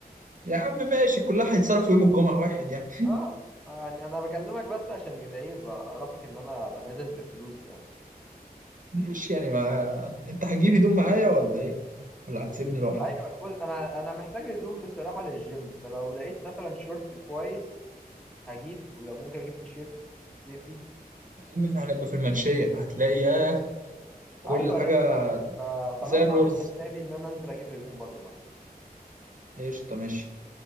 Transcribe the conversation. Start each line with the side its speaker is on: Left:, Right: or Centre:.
Right: يا عم ماشي كلها هيتصرفوا يوم الجمعة واحد يعني
Centre: اه يعني انا بكلمك بس عشان يبقى ايه بعرفك ان انا ابقى نازل بفلوس يعني
Right: ماشي يعني ما انت هتجيب هدوم معايا ولا ايه ولا هتسيبني لوحدي
Centre: ايوه بص انا انا محتاج هدوم بصراحه للجيم فلو لقيت مثلا شورت كويس هجيب ولو ممكن اجيب تيشيرت صيفي
Right: يا عم احنا هنبقى في المنشية هتلاقي ياه كل
Centre: ايوه
Right: حاجة
Centre: فخلاص
Right: زي الرز
Centre: هعمل حسابي ان انا انزل اجيب هدوم برضو معاك
Right: قشطة ماشي